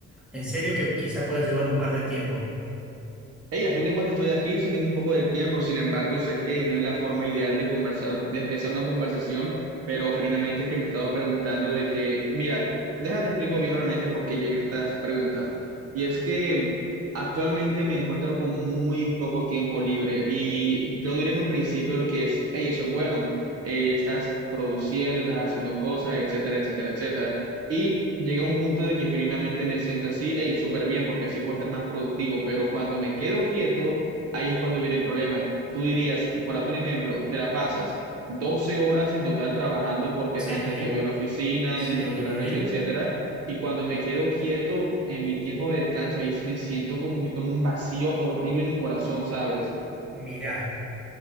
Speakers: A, in the centre; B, on the right.
A: en serio que quizá puedan llevar un par de tiempo.
B: Hey, a fin de cuentas estoy aquí, sí tengo un poco de tiempo, sin embargo, sé que no es la forma ideal de conversar, de empezar una conversación, pero genuinamente es que me he estado preguntando de que, mira, déjate explico bien realmente por qué llegan estas preguntas. Y es que actualmente me encuentro con muy poco tiempo libre y yo diría en un principio lo que es, hey, eso es bueno, eh, estás produciendo, estás haciendo cosas, etcétera, etcétera, etcétera. Y llegué a un punto de que genuinamente me siento así, hey, súper bien, porque así puedo estar más productivo, pero cuando me quedo quieto, ahí es cuando viene el problema. Tú dirías, por darte un ejemplo, te la pasas 12 horas en total trabajando porque
A: Sí,
B: es entre que voy a la oficina,
A: sí.
B: en lo que regreso, etcétera, y cuando me quedo quieto en mi tiempo de descanso, ahí me siento como que con un vacío horrible en el corazón, ¿sabes?
A: Mirá.